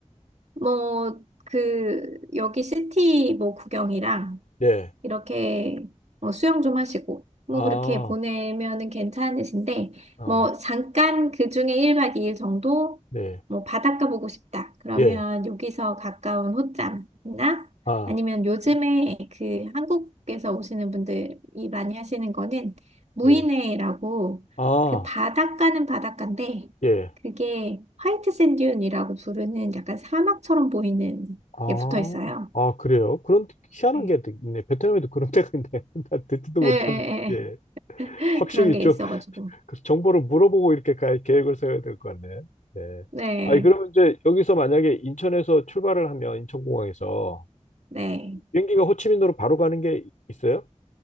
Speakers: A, on the right (about 60°); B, on the left (about 80°).
A: 뭐, 그, 여기 시티 뭐 구경이랑
B: 예.
A: 이렇게 어, 수영 좀 하시고, 뭐
B: 아,
A: 그렇게 보내면은 괜찮으신데,
B: 아,
A: 뭐 잠깐 그 중에 1박 2일 정도
B: 네.
A: 뭐 바닷가 보고 싶다. 그러면
B: 예.
A: 여기서 가까운 호짬이나
B: 아,
A: 아니면 요즘에 그 한국에서 오시는 분들이 많이 하시는 거는 무이네라고
B: 예. 아,
A: 그 바닷가는 바닷가인데
B: 예.
A: 그게 화이트 샌듄이라고 부르는 약간 사막처럼 보이는
B: 아,
A: 게 붙어 있어요.
B: 아, 그래요? 그런 희한한
A: 네.
B: 게 있네. 베트남에도 그런 데가 있네. <laughs> 나 듣지도
A: 예,
B: 못했는데.
A: 예, 예.
B: 예. 확실히
A: 그런 게
B: 좀그
A: 있어가지고.
B: 정보를 물어보고 이렇게 갈 계획을 세워야 될 것 같네. 예.
A: 네,
B: 아니, 그러면 이제 여기서 만약에 인천에서 출발을 하면 인천공항에서
A: 네.
B: 비행기가 호치민으로 바로 가는 게 있어요?